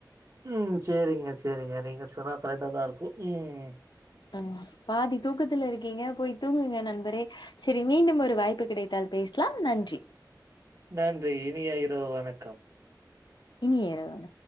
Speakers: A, on the right; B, on the left.
A: ம் சேரிங்க சேரிங்க நீங்க சொன்னா கரைட்டாதாருக்கு ம்
B: ம் பாதி தூக்கத்துல இருக்கீங்க போய் தூங்குங்க நண்பரே செரி மீண்டும் ஒரு வாய்ப்பு கிடைத்தால் பேஸ்லாம் நன்றி
A: நன்றி இனிய இரவு வணக்கம்
B: இனி ஏற வேண